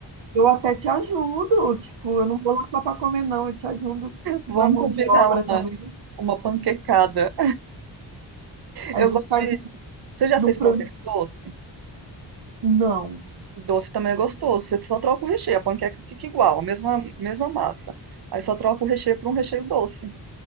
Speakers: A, on the right; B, on the right.
A: eu até te ajudo. Tipo, eu não vou lá só para comer, não. Eu te ajudo
B: Vamos
A: na mão
B: combinar
A: de obra
B: uma,
A: também.
B: uma panquecada.
A: Aí
B: Eu
A: a gente
B: gosto
A: faz
B: de. Você
A: um-
B: já fez
A: frango
B: panqueca doce?
A: Não.
B: Doce também é gostoso. Você só troca o recheio. A panqueca fica igual, a mesma, mesma massa. Aí só troca o recheio por um recheio doce.